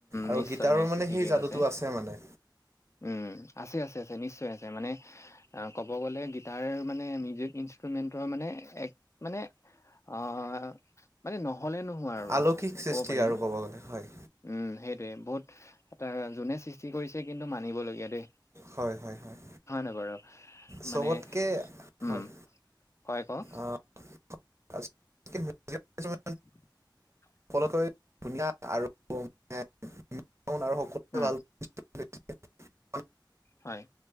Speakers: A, on the right (about 35°); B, on the left (about 35°).
A: আৰু
B: নিশ্চয়
A: গীটাৰৰ
B: নিশ্চয়
A: মানে
B: ঠিকেই
A: সেই যাদুটো
B: কৈছে
A: আছে মানে
B: উম আছে আছে আছে নিশ্চয় আছে মানে অঁ ক'ব গ'লে গীটাৰ মানে মিউজিক ইনষ্টুমেণ্টতৰ মানে মানে অঁ মানে নহ'লে নোহোৱা আৰু
A: আলৌকিক সৃষ্টি
B: ক'ব পাৰি
A: আৰু
B: ন
A: ক'ব গ'লে হয়
B: উম সেইটোৱে বহুত ত যোনে সৃষ্টি কৰিছে কিন্তু মানিবলগীয়া দেই!
A: হয় হয় হয়
B: নহয় বাৰু
A: চবতকে
B: মানে উম
A: হয়।
B: হয় ক‌ওক।
A: আ <unintelligible>
B: <unintelligible>
A: সকলোকে ধুনীয়া আৰু আৰু সকলে
B: উম
A: ভাল। <unintelligible>
B: হয়।